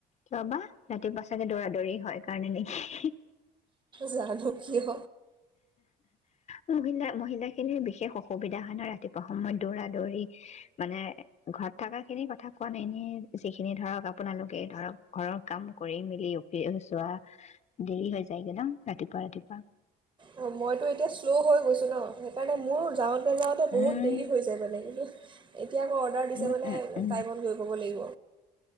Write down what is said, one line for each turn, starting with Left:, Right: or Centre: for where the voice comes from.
Left: ৰ'বা ৰাতিপুৱা চা চাগে দৌৰা দৌৰি হয় কাৰণে নেকি
Right: জানো কিয়
Left: মহিলা, মহিলা খিনিৰ বিশেষ অসুবিধা হয় ন ৰাতিপুৱা সময়ত দৌৰা-দৌৰি মানে ঘ ঘৰত থকা খিনি কথা কোৱা নাই, এনে যিখিনি ধৰক আপোনালোকে ধৰক ঘৰৰ কাম কৰি মেলি অফিচ যোৱা দেৰি হৈ যায় গে ন, ৰাতিপুৱা ৰাতিপুৱা
Right: অ, মইতো এতিয়া শ্ল' হৈ গৈছোঁ ন, সেইকাৰণে মোৰ যাওঁ তে যাওঁতে,
Left: উম
Right: বহুত দেৰি হৈ যায় মানে, কিন্তু এ এতিয়া আকৌ অৰ্ডাৰ দিছে
Left: উম,
Right: মানে,
Left: উম, উম,
Right: টাইমত গৈ পাব লাগিব।